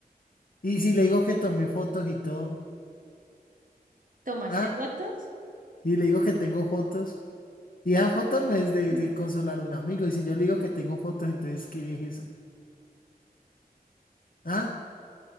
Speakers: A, on the left (about 60°); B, on the right (about 55°).
A: Y si le digo que tomé fotos y todo,
B: ¿tomaste
A: ah,
B: fotos?
A: y le digo que tengo fotos, y esa foto no es de,
B: <clears throat>
A: de consolar a un amigo, y si yo le digo que tengo fotos, entonces, ¿qué es eso? Ah,